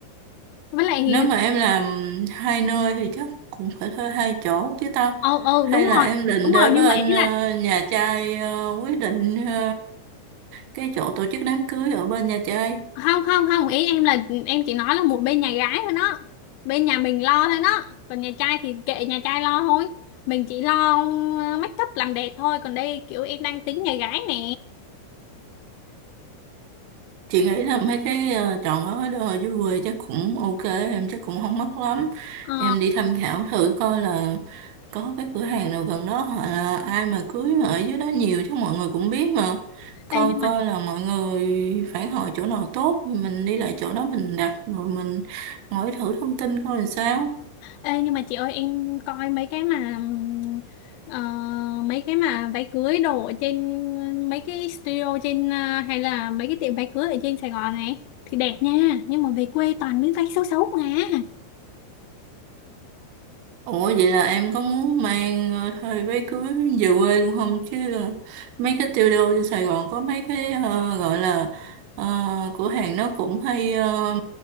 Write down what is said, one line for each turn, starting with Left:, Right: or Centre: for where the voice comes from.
Left: với lại
Right: nếu mà em làm hai nơi thì chắc cũng phải thuê hai chỗ chứ tao
Left: ờ, ờ,
Right: hay
Left: đúng
Right: là
Left: rồi
Right: em định
Left: đúng
Right: để
Left: rồi
Right: bên
Left: nhưng mà ý
Right: ờ,
Left: là
Right: nhà trai ờ, quyết định ờ, cái chỗ tổ chức đám cưới ở bên nhà trai
Left: không không không ý em là em chỉ nói là một bên nhà gái thôi đó bên nhà mình lo thôi đó còn nhà trai thì kệ nhà trai lo thôi mình chỉ lo uh, make up làm đẹp thôi còn đây kiểu em đang tính nhà gái nè
Right: chị nghĩ là mấy cái ờ, chọn gói đồ dưới quê chắc cũng ok em chắc cũng không mắc lắm
Left: ờ
Right: em đi tham khảo thử coi là có cái cửa hàng nào gần đó hoặc là ai mà cưới mà ở dưới đó nhiều chứ mọi người cũng biết mà
Left: đây
Right: coi
Left: nhưng mà
Right: coi là mọi người phản hồi chỗ nào tốt thì mình đi lại chỗ đó mình đặt rồi mình hỏi thử thông tin coi là sao
Left: Ê, nhưng mà chị ơi em coi mấy cái mà ừm, ờ, mấy cái mà váy cưới đồ ở trên mấy cái studio trên ờ, hay là mấy cái tiệm váy cưới ở trên Sài Gòn này thì đẹp nha nhưng mà về quê toàn mấy váy xấu xấu mà
Right: Ủa vậy là em có muốn mang ờ, thời váy cưới về quê luôn không chứ ờ, mấy cái tiêu đô trên Sài Gòn có mấy cái ờ, gọi là ờ, cửa hàng nó cũng hay ờ,